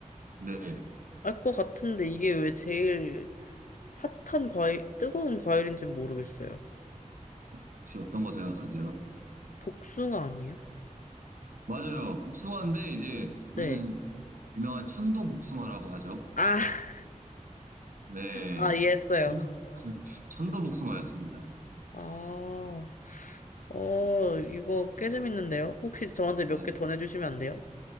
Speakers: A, on the right; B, on the left.
A: 네.
B: 알 것 같은데 이게 왜 제일 핫한 과일, 뜨거운 과일인지는 모르겠어요.
A: 어, 혹시 어떤 거 생각하세요?
B: 복숭아 아니에요?
A: 맞아요. 복숭아인데, 이제 우리는
B: 네.
A: 유명한 천도 복숭아라고 하죠.
B: 아,
A: 네.
B: 아, 이해했어요.
A: 천, 천도 복숭아였습니다.
B: 아, 어, 이거 꽤 재밌는데요? 혹시 저한테
A: 네.
B: 몇 개 더 내주시면 안 돼요?